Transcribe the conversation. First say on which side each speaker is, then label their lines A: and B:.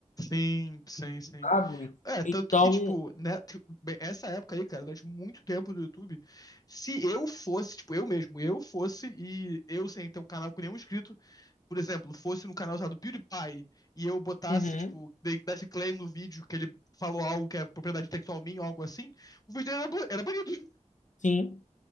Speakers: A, on the left (about 30°); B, on the left (about 75°).
A: Sim, sim, sim.
B: sabe?
A: É, tanto
B: Então,
A: que, tipo, né, t- bem, essa época aí, cara, durante muito tempo do YouTube, se eu fosse, tipo, eu mesmo, eu fosse e eu sem ter um canal com nenhum inscrito, por exemplo, fosse no canal usado PewDiePie e eu botasse,
B: uhum,
A: tipo, de- desse claim no vídeo que ele falou algo que é propriedade intelectual minha ou algo assim, o vídeo era, ba- era banido. <laughs>
B: sim.